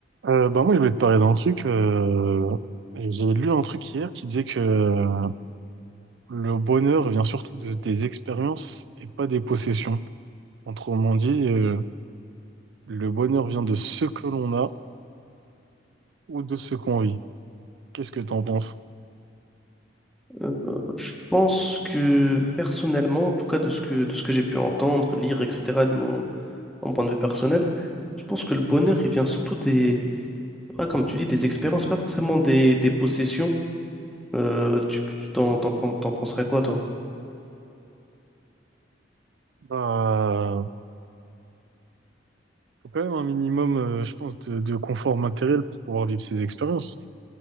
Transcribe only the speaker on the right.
Euh, bah moi, je voulais te parler d'un truc. Euh, j'ai lu un truc hier qui disait que euh, le bonheur vient surtout de- des expériences et pas des possessions. Autrement dit, euh, le bonheur vient de ce que l'on a ou de ce qu'on vit. Qu'est-ce que t'en penses?
Bah, faut quand même un minimum, euh, je pense, de, de confort matériel pour pouvoir vivre ces expériences.